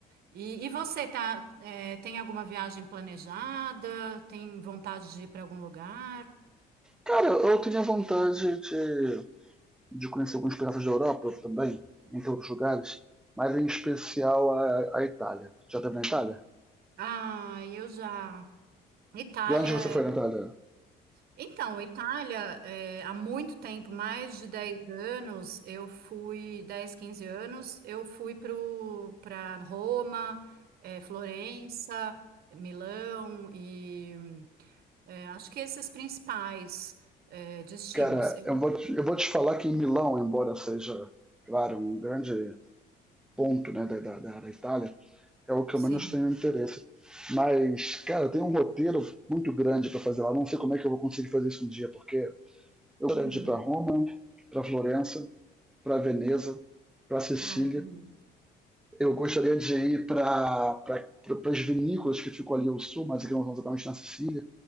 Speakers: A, on the right; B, in the centre.
A: E, e você tá, é, tem alguma viagem planejada? Tem vontade de ir para algum lugar?
B: Cara, eu tinha vontade de, de conhecer alguns pedaços da Europa também, entre outros lugares, mas em especial a, a Itália. Já teve na Itália?
A: Ah, eu já. Itália.
B: E onde você foi
A: é-
B: na Itália?
A: Então, Itália, é, há muito tempo, mais de 10 anos, eu fui, 10, 15 anos, eu fui pro, para Roma, é, Florença, Milão e é, acho que esses principais é, destinos.
B: Cara,
A: Eu,
B: eu vou, te- eu vou te falar que em Milão, embora seja, claro, um grande ponto, né, da, da, da da Itália, é o que
A: sim.
B: eu menos tenho interesse. Mas, cara, tem um roteiro muito grande para fazer lá. Não sei como é que eu vou conseguir fazer isso um dia, porque eu gostaria
A: Hum.
B: de ir para Roma, para Florença, para Veneza, para Sicília.
A: Ai, que delícia.
B: Eu gostaria de ir para pra, pra, as vinícolas que ficam ali ao sul, mas que não são exatamente na Sicília.